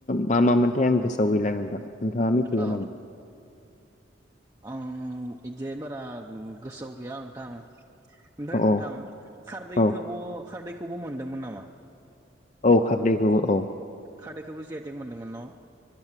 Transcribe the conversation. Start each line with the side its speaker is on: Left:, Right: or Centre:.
Left: मा मामोनथाय आं गोसोआव गैला नोंथां नोंथाङा मिथिगौ
Right: औ
Left: नामा?
Right: आं इदि बारा गोसोआव गैया नोंथां ओमफ्राय
Left: औ
Right: नोंथां
Left: औ
Right: खारदैखौबो
Left: औ
Right: खारदैखौबो मोनदोंमोन नामा?
Left: औ खारदैखौबो औ
Right: खारदैखौबो जि आइ थेक मोनदोंमोन न'